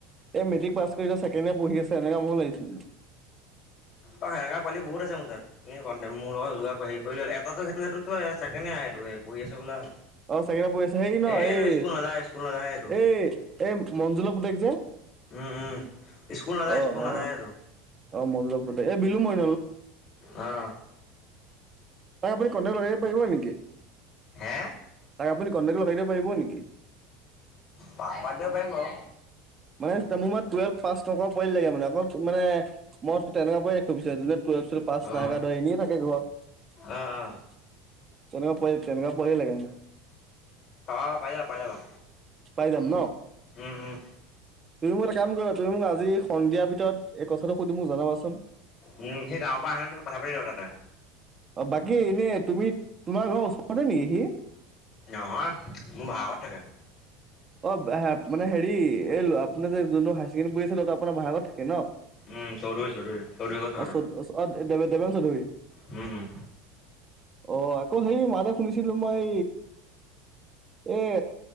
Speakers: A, on the right; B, on the left.
A: এই মেট্ৰিক পাছ ছেকেণ্ড ইয়াৰ পঢ়ি আছে এনেকুৱা মোকো লাগিছিলে। <inaudible>
B: অ' সেঙা পালি বহুত আছে মোৰ তুমি ক দেতে মোৰ লগ যোগাৰ হেৰি কৰি লল এতাটো সেইটো সেইটোটো ছেকেণ্ডইয়াৰ পৰি আছে বোলা
A: অ' চাগিটা বহ আছে হেই ন
B: এই এইটো
A: এই-এই-এই
B: স্কুল নাযায় স্কুল নাযায় সেইটো
A: মঞ্জুলৰ পুতেক যে।
B: উম-উম স্কুল নাযায়
A: অ
B: স্কুল
A: অ
B: নাযায় আৰু।
A: অ' মধলপুৰত এই বিলু মই
B: অহ
A: তাক আপুনি কন্টেক লগাই দিব পাৰিব নেকি?
B: হে
A: তাক আপুনি কটেক্ট লগাই দিব পাৰিব নেকি?
B: পা পাদ পাৰিম আকৌ।
A: মানে মোৰ মান টুৱেলভ পাছ থকা পৰি লাগে মানে আকৌ মানে ময়ো তেনেকুৱা পৰা ত পিছত পাচ
B: অ অ
A: নাগা ধৰে এনেই থাকে ঘৰত
B: অ অ
A: তেনেকুৱা পোৱা তেনেকুৱা পোৱালি এ লাগে মোক।
B: অ' পাই যাবা, পাই যাবা
A: পাই যাম ন।
B: উম উম
A: তুমি মোক এটা কাম কৰিবা তুমি মোক আজি সন্ধিয়াৰ ভিতৰত এই কথাটো সুধি মোক জনাবাচোন।
B: উম, সেই ডাঙৰ পৰা আহেন তমি কথা পাতি যা তাতে।
A: অ' বাকী এনেই তুমি তোমাৰ ঘৰৰ ওচৰতে নেকি সি?
B: নহয় মোৰ ভাৰাঘৰত থাকে।
A: অ' মানে হেৰি এই আপোনাৰ যে যোনটো হায়াৰ ছেকেণ্ডৰ আছিলে তটো আপোনাৰ ভাৰাঘৰত থাকে ন।
B: উম চৌধুৰী চৌধুৰী চৌধুৰী ঘৰত
A: অ চ অ দে দেবান চৌধুৰী।
B: উম-উম,
A: অ' আকৌ সেই মা এটা শুনিছিলো মই এই